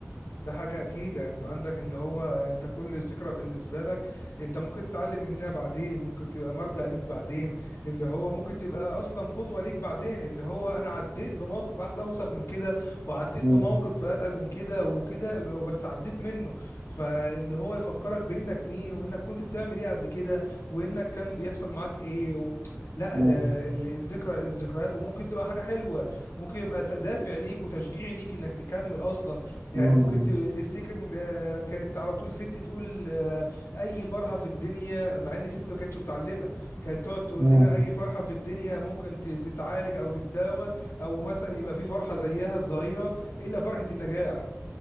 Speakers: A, on the left; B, on the right.
A: ده حاجة أكيد أنت عندك إن هو أنت كل ذكرى بالنسبة لك أنت ممكن تتعلم منها بعدين ممكن تبقى مرجع ليك بعدين اللي هو ممكن تبقى أصلا قدوة ليك بعدين اللي هو أنا عديت بموقف أحسن أوسخ من كده وعديت
B: مم.
A: بموقف أتقل من كده وكده وبس عديت منه فاللي هو يفكرك بإنك مين وإنك كنت بتعمل إيه قبل كده وإنك كان بيحصل معاك إيه و... لا
B: مم.
A: ده ال- الذكرى الذكريات وممكن تبقى حاجة حلوة وممكن يبقى دافع ليك وتشجيع ليك إنك تكمل أصلا يعني
B: مم.
A: ممكن ت- تفتكر آه، كانت على طول ست تقول آه، اي فرحه في الدنيا مع ان ست ما كانتش متعلمه كانت تقعد تقول
B: مم.
A: لنا اي فرحه في الدنيا ممكن ت- تتعالج او تتداوى او مثلا يبقى في فرحه زيها تضاهيها الا فرحه النجاح